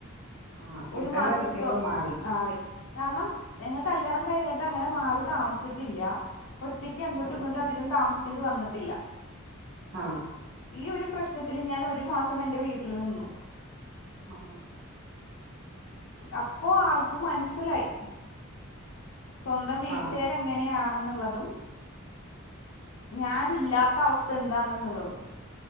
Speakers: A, on the right (about 70°); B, on the left (about 80°).
A: ആഹ് കിട്ടണ്ട
B: ഒരു മാസത്തോളം
A: കിട്ടിയപ്പോ മാറി
B: ആയി. കാരണം ഞങ്ങ കല്യാണം കഴിഞ്ഞിട്ട് അങ്ങനെ മാറി താമസിച്ചിട്ടില്ല്യാ ഒറ്റക്ക് ൻക്ക് അങ്ങട്ടും
A: ആഹ്
B: ഇങ്ങട്ടും അധികം താമസിക്കേണ്ടി വന്നിട്ടില്ലാ
A: ആഹ്
B: ഈ ഒരു പ്രശ്നത്തില് ഞാൻ ഒരു മാസം എൻ്റെ വീട്ടില് നിന്നു.
A: ഉം
B: അപ്പോ ആൾക്ക് മൻസ്സിലായി സ്വന്തം വീട്ടാരേ
A: ആഹ്
B: എങ്ങനെയാണെന്നുള്ളതും ഞാൻ ഇല്ലാത്ത അവസ്ഥ എന്താണെന്നുള്ളതും.